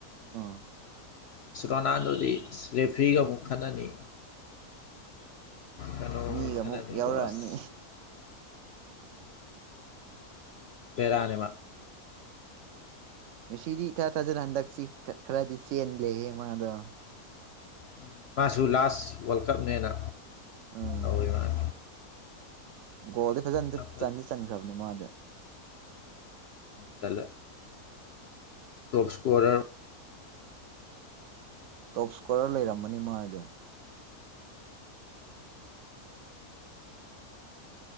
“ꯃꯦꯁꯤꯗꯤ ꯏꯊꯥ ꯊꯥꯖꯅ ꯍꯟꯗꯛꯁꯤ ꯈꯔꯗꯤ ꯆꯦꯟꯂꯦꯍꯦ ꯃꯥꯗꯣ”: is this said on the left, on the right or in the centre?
Right